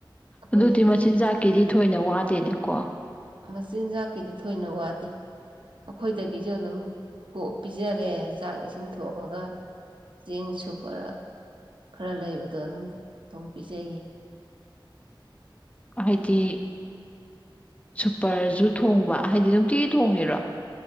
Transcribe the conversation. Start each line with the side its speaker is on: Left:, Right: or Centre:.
Right: ꯑꯩꯈꯣꯏꯒꯤ
Left: ꯑꯗꯨꯗꯤ ꯃꯆꯤꯟꯖꯥꯛꯀꯤꯗꯤ ꯊꯣꯏꯅ ꯋꯥꯗꯦꯅꯦꯀꯣ
Right: ꯃꯆꯤꯟꯖꯥꯛꯀꯤꯗꯤ ꯊꯣꯏꯅ ꯋꯥꯗꯦ ꯑꯩꯈꯣꯏꯗꯒꯤꯁꯨ ꯑꯗꯨꯝ ꯄꯤꯖꯔꯦ ꯆꯥꯛ ꯏꯁꯤꯡ ꯊꯣꯡꯉꯒ ꯆꯦꯡ ꯁꯨꯞꯄꯔ ꯈꯔ ꯂꯩꯕꯗꯣ ꯑꯗꯨꯝ ꯊꯣꯡ ꯄꯤꯖꯩꯌꯦ <inaudible>
Left: ꯍꯥꯏꯗꯤ ꯁꯨꯄꯔꯁꯨ ꯊꯣꯡꯕ ꯍꯥꯏꯗꯤ ꯅꯨꯡꯇꯤꯒꯤ ꯊꯣꯡꯉꯤꯔꯣ